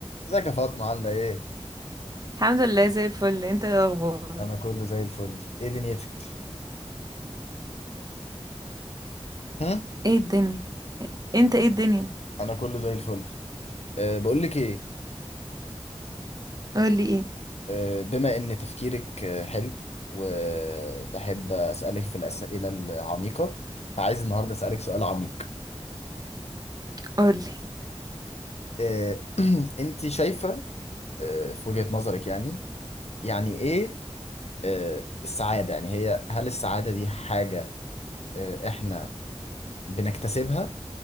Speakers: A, on the left; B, on the right.
A: ازيك يا فاطمة عاملة ايه؟
B: الحمد لله زي الفل انت ايه الاخبار
A: أنا كله زي الفل، ايه دنيتك؟ هم؟
B: ايه الدنيا انت ايه الدنيا
A: أنا كله زي الفل، أه بقول لك ايه؟
B: قولي ايه
A: أه بما إن تفكيرك آه، حلو وبحب أسألك في الأسئلة العميقة فعايز النهاردة أسألك سؤال عميق،
B: قولي
A: أه <clears throat> أنت شايفة أه في وجهة نظرك يعني يعني ايه أه السعادة؟ يعني هي هل السعادة دي حاجة أه إحنا بنكتسبها